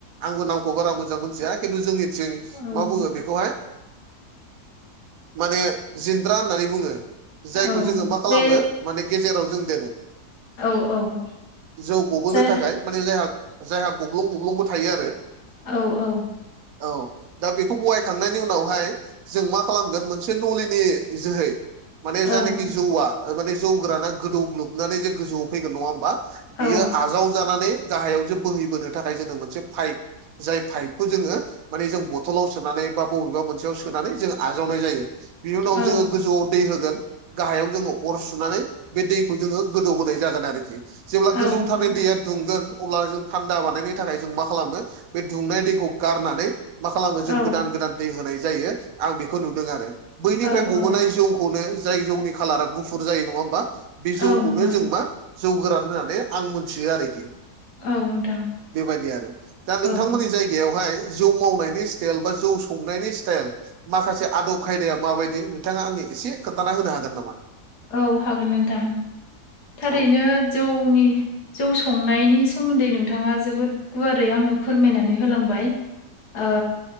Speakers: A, on the right; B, on the left.
A: आंबो नामखौ बारा मोजां मोनथिया खिनथु जोंनि थिं
B: औ
A: मा बुङो बेखौहाय माने जिन्द्रा होननानै बुङो।
B: औ
A: जायखौ जोङो मा खालामो
B: बे
A: माने गेजेराव जों दोनदेरो।
B: ओ औ औ
A: जौ गबोनो
B: जाय
A: थाखाय माने जायहा जायहा गब्लं गब्लंबो थायो आरो।
B: औ औ
A: औ दा बेखौ बहायखांनायनि उनावहाय जों मा खालामगोन मोनसे नलिनि जोहै माने
B: औ
A: जानोखि जौवआ माने जौ गोराना गोदौग्लोबनानै जे गोजौआव फैगोन नङा होमबा?
B: औ
A: बियो आजावजानानै गाहायाव जे बोहैबोनो थाखाय जोङो मोनसे पाइप जाय फाइपखौ जोङो माने जों बथलाव सोनानै बा बबेबा मोनसेयाव सोनानै जों आजावनाय जायो। बिनि उनाव
B: औ
A: जोङो गोजौआव दै होगोन। गाहायाव जोङो अर सुनानै बे दैखौ जोङो गोदौ होनोनाय जागोन आरोखि। जेब्ला
B: औ
A: गोजौथारनि
B: नोंथां
A: दैया दुंगोन अब्ला जों थान्दा बानायनायनि थाखाय जों मा खालामनो बे दुंनाय दैखौ गारनानै मा खालामो
B: औ
A: जों गोदान गोदान दै होनाय जायो आं बेखौ नुदों आरो बैनिफ्राय
B: औ
A: गबोनाय
B: औ
A: जौखौनो जाय जौनि खालारा गुफुर जायो नङा होमबा बे
B: औ
A: जौखौनो
B: नोंथां
A: जों मा जौ गोरान होननानै आं मोनथियो आरोखि
B: औ नोंथां
A: बेबायदि आरो दा नोंथांमोन
B: औ
A: नि जायगायावहाय जौ मावनायनि स्टाइल बा जौ संनायनि स्टाइल माखासे आदब खायदाया माबायदि नोंथाङा आंनो एसे खोन्थाना होनो हागोन नामा?
B: औ हागोन नोंथां थारैनो
A: औ
B: जौनि जौ संनायनि सोमोन्दै नोंथाङा जोबोद गुवारै आंनो फोरमायनानै होलांबाय। ओ